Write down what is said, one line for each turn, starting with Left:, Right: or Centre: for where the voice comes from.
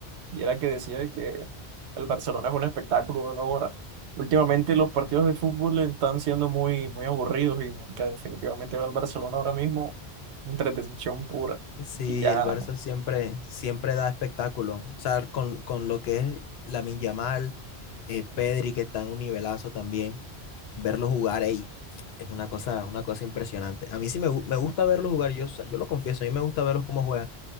Right: y era que decía que el Barcelona es un espectáculo de una hora. Últimamente los partidos de fútbol están siendo muy, muy aburridos y que definitivamente veo al Barcelona ahora mismo una entretención pura.
Left: Sí,
Right: Y ya,
Left: el Barça siempre, siempre da espectáculo. O sea, con, con lo que es Lamine Yamal, eh, Pedri, que está en un nivelazo también, verlos jugar ahí es una cosa, una cosa impresionante. A mí sí me, gu- me gusta verlos jugar, yo, o sea, yo lo confieso, a mí me gusta verlos cómo juegan.